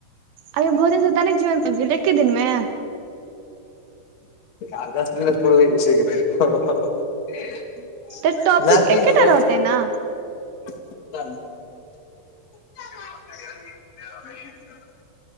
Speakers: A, on the right; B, on the left.
A: अइो भोजन सँ दैनिक जीवन तक भेलै एके दिनमे
B: आ दस मिनट पुरबय छै कि <unintelligible>
A: तऽ टॉपिक
B: मैथिली
A: एकेटा
B: मे गप
A: रहतै ना
B: <unintelligible> <unintelligible>